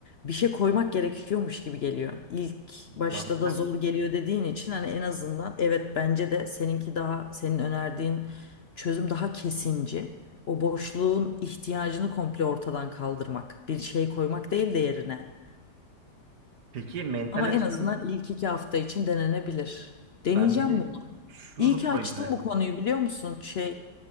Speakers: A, on the left (about 55°); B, on the right (about 85°).
A: Bir şey koymak gerekiyormuş gibi geliyor. İlk başta
B: Zaten
A: da zor geliyor dediğin için hani en azından evet bence de seninki daha senin önerdiğin çözüm daha kesinci. O boşluğun ihtiyacını komple ortadan kaldırmak. Bir şey koymak değil de yerine.
B: peki mental
A: Ama
B: açıdan
A: en azından ilk iki hafta için denenebilir.
B: ben
A: Deneyeceğim
B: bir de
A: bunu.
B: şunu
A: İyi ki
B: sorayım.
A: açtım
B: ya.
A: bu konuyu biliyor musun? Şey,